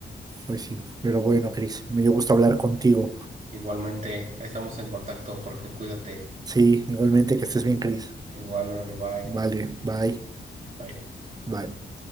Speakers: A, on the right; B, on the right.
A: Pues sí, pero bueno, Cris, me dio gusto hablar contigo.
B: Igualmente, ahí estamos en contacto, Jorge, cuídate.
A: Sí, igualmente que estés bien, Cris.
B: Igual, órale, bye.
A: Vale, bye,
B: Bye.
A: bye.